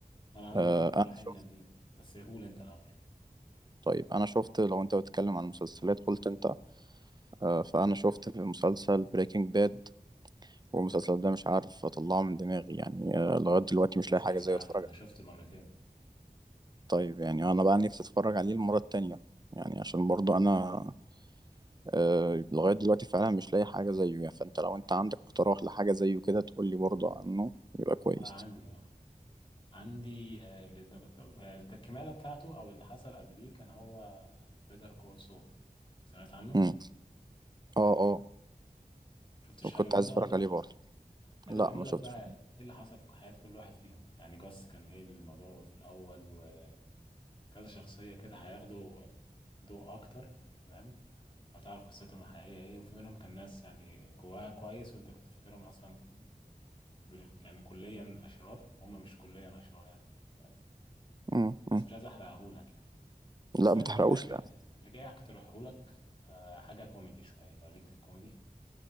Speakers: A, on the left (about 35°); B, on the right (about 25°).
A: انا عندي
B: أه
A: ليك اقتراحين
B: انا شفت
A: جامدين بس قول انت الاول
B: طيب انا شفت لو انت بتتكلم عن المسلسلات قلت انت أه فانا شفت في مسلسل بريكنج باد والمسلسل ده مش عارف اطلعه من دماغي يعني آه، لغاية دلوقتي مش
A: اساسي
B: لاقي حاجة زي
A: عارفه
B: اتفرج عليه
A: ده شفته مرتين
B: طيب يعني انا بقى نفسي اتفرج عليه المرة التانية يعني عشان برضو انا آه، لغاية دلوقتي فعلا مش لاقي حاجة زيه يعني فانت لو انت عندك اقتراح لحاجة زيه كده تقول لي برضو عنه يبقى كويس
A: اه عندي اه عندي آه لت- آه، التكمله بتاعته او اللي حصل قبليه كان هو بيتر كول سول سمعت عنه
B: امم اه اه
A: شفتش
B: وكنت
A: حاجه منه
B: عايز اتفرج
A: ولا
B: عليه برضو
A: ده
B: لا
A: بيقول
B: ما شفتش
A: لك بقى ايه اللي حصل في حياة كل واحد فيهم يعني جاس كان ايه الموضوع في الاول وكذا شخصية كده هياخدوا ضوء اكتر تمام وهتعرف قصتهم الحقيقية ايه وفي منهم كان ناس يعني جواها كويس وانت كنت فاكرهم اصلا بال... يعني كليا اشرار هم مش كليا اشرار يعني تمام
B: امم
A: بس
B: أمم.
A: مش عايز احرقهولك يعني بس
B: لا ما
A: انا اللي
B: تحرقوش
A: جاي لا اللي,
B: لا
A: اللي جاي هقترحهولك آه، حاجة كوميدي شوية لو ليك في الكوميدي